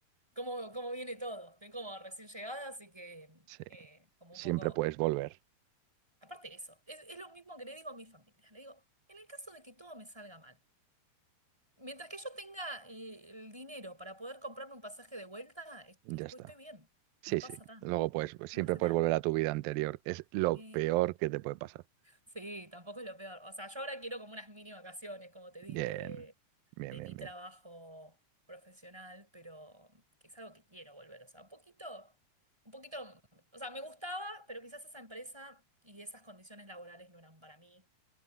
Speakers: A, in the centre; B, on the right.
A: cómo, cómo viene todo. Estoy como recién llegada, así que
B: sí,
A: eh, como
B: siempre
A: un poco...
B: puedes volver.
A: Aparte de eso, es, es lo mismo que le digo a mi familia. Le digo, en el caso de que todo me salga mal, mientras que yo tenga eh, el dinero para poder comprarme un pasaje de vuelta, es-
B: Ya
A: es- pues
B: está.
A: estoy bien.
B: Sí,
A: No pasa
B: sí.
A: nada.
B: Luego, pues, pues,
A: No
B: siempre
A: pasa
B: puedes
A: nada.
B: volver a tu vida anterior. Es lo
A: Eh,
B: peor que te puede pasar.
A: sí, tampoco es lo peor. O sea, yo ahora quiero como unas mini vacaciones, como te digo,
B: Bien,
A: de,
B: bien,
A: de
B: bien,
A: mi trabajo
B: bien.
A: profesional, pero que es algo que quiero volver. O sea, un poquito, un poquito, o sea, me gustaba, pero quizás esa empresa y esas condiciones laborales no eran para mí.